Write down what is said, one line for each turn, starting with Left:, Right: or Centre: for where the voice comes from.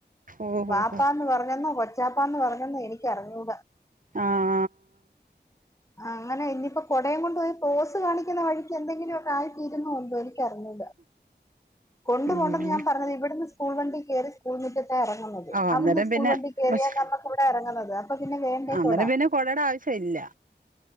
Right: ഓഹോ
Left: പാപ്പാന്ന്
Right: ഹോ
Left: പറഞ്ഞന്നാ കൊ ജാപ്പാന്ന് പറഞ്ഞന്ന് എനിക്കറിഞ്ഞൂട
Right: ആഹ
Left: ആ അങ്ങനെ ഇനിയിപ്പോ കൊടയും കൊണ്ട് പോയി പോസ് കാണിക്കുന്ന വഴിക്ക് എന്തെങ്കിലും ഒയി് തീരുന്നണ്ടോ ഇൻക്ക് അറിഞ്ഞൂട കൊണ്ട്
Right: ഉം
Left: പോ ണ്ടന്ന് ഞാൻ പറഞ്ഞത് ഇവിന്ന് സ്കൂൾ വണ്ടി കയറി സ്കൂൾ മുറ്റത്ത് ഇറങ്ങുന്നത്
Right: ആഹ്
Left: അവിടുന്ന്
Right: അന്നേരം
Left: സ്കൂൾ
Right: പിന്നെ
Left: വണ്ടി കയറിയാൻ
Right: പക്ഷെ
Left: നമുക്ക് ഇവിടെ ഇറങ്ങുന്നത് അപ്പൊ പിന്നെ വേണ്ടേ
Right: അന്നേരം
Left: കൊടാ
Right: പിന്നെ കൊടയുടെ ആവശ്യം ഇല്ല